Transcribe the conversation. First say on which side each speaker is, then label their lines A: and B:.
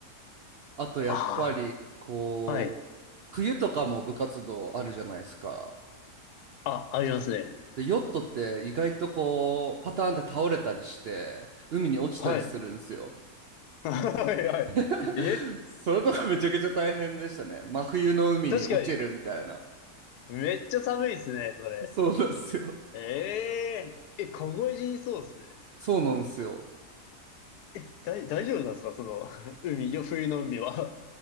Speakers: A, on the right; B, on the left.
A: あとやっぱりこう冬とかも部活動あるじゃないですか。
B: ああ、はい。あ、ありますね。
A: でヨットって意外とこうパターンって倒れたりして海に落ちたりするんですよ。
B: はい。<laughs> はい、はい。
A: <laughs>
B: え
A: それとかめちゃくちゃ大変でしたね。真冬の海に落ちるみたいな。
B: 確かに、めっちゃ寒いですね、それ。
A: そうなんですよ。
B: えええ、凍え死にそうですね。
A: そうなんですよ。
B: え、だい、大丈夫なんですかその、<laughs> 海、よ冬の海は。